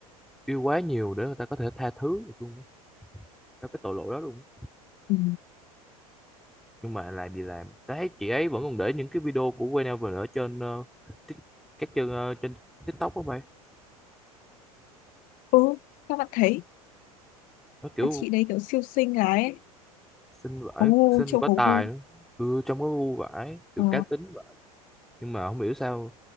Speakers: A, in the centre; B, on the left.
A: yêu quá nhiều để người ta có thể tha thứ được luôn á, cho cái tội lỗi đó luôn á.
B: ừ,
A: nhưng mà làm gì làm ta thấy chị ấy vẫn còn để những cái video của Waynever ở trên ờ, tik- các trên ờ, trên TikTok đó mày
B: ừ các bạn thấy
A: nó kiểu
B: mà chị đấy kiểu siêu xinh gái ấy
A: xinh vãi
B: có gu
A: xinh
B: châu
A: mà có
B: có gu
A: tài nữa ừ trông có ngu vãi kiểu
B: Ờ.
A: cá tính nhưng mà không hiểu sao